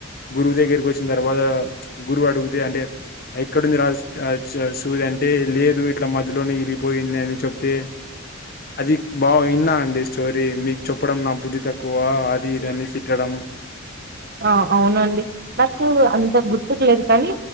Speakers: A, on the left; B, on the right.
A: గురువు దగ్గరికి వచ్చిన తర్వాత గురువు అడుగితే అంటే ఎక్కడుంది రా సూది అంటే లేదు ఇట్లా మధ్యలోనే ఇరిగిపోయింది అని చెప్తే అది బాగు విన్నా అండి స్టోరీ మీకు చెప్పడం నా బుద్ధి తక్కువ అది ఇదని తిట్టడం
B: ఆ అవునండి నాకు అంత గుర్తుకు లేదు కానీ